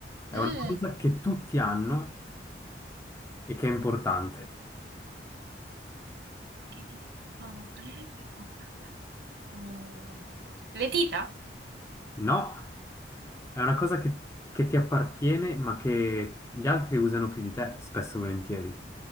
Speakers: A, on the left; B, on the right.
A: È
B: Mm,
A: una cosa che tutti hanno e che è importante.
B: Che dita sono brevi, ma potenti. Mm, Le dita?
A: No? È una cosa che, che ti appartiene, ma che gli altri usano più di te, spesso e volentieri.